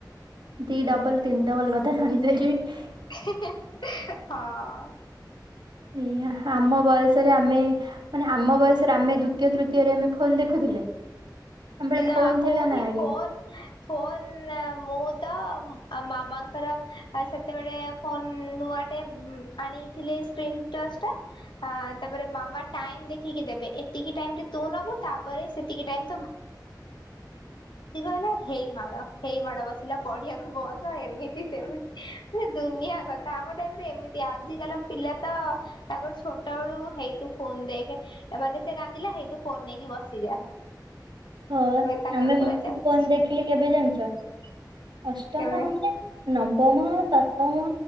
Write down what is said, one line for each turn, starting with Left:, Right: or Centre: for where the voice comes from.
Right: ଦି ଡବଲ ତିନି ଡବଲ କଥା ଜାଣିସାରିଲେଣି
Left: ହେଁ ହେଁ ହେଁ ହଅ
Right: ଏ ଆମ ବୟସରେ ଆମେ ମାନେ ଆମ ବୟସରେ ଆମେ ଦୁତୀୟ ତୃତୀୟରେ ଆମେ ଫୋନ୍ ଦେଖୁଥିଲେ? ଆମ ବେଳେ
Left: ନା
Right: ଫୋନ
Left: କୋଉଠି
Right: ଥିଲା ନା ଆଗେ
Left: ଫୋନ୍ ଫୋନ୍ ମୁଁ ତ ମାମାଙ୍କର ସେତେବେଳେ ଫୋନ୍ ନୂଆଟେ ଆଣିଥିଲେ ସ୍କ୍ରିନ୍ ଟଚଟା ଆଁ ତାପରେ ମାମା ଟାଇମ୍ ଦେଖିକି ଦେବେ ଏତିକି ଟାଇମରେ ତୁ ନବୁ ତାପରେ ସେତିକି ଟାଇମ୍ ହେଲା ହେଇ ମାଡ ହେଇ ମାଡ ବସିଲା ପଢିବାକୁ ବସ ଏମିତି ସେମିତି ଦୁନିଆ <inaudible> କଥା ଆମ ଟାଇମରେ ଏମିତି, ଆଜିିକାଲି ପିଲାତ ତାଙ୍କର ଛୋଟବେଳୁ ହେଇ ତୋ ଫୋନ ଦେଖ ମାନେ ସେ ରାନ୍ଦିଲା ସେଇତୁ ଫୋନ ନେଇକି ବସିଯା
Right: ହଁ ମ୍ବା
Left: ଏବେ ତାଙ୍କର
Right: ଆମେ
Left: ପୁରା
Right: ମୁଁ
Left: ଚାଲିଛି
Right: ଫୋନ ଦେଖିଲି କେବେ ଜାଣିଛ ଅଷ୍ଟମ
Left: କେବେ
Right: ମାନେ ନବ ନବମ ଦଶମ